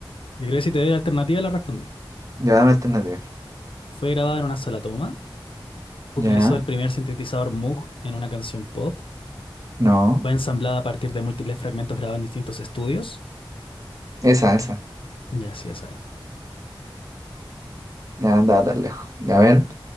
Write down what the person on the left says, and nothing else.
Yo creo que si te doy la alternativa, la respondí.
Fue grabada en una sola toma. Utilizó
el primer sintetizador Moog en una canción pop.
Fue ensamblada a partir de múltiples fragmentos grabados en distintos estudios.
Ya, sí, esa es.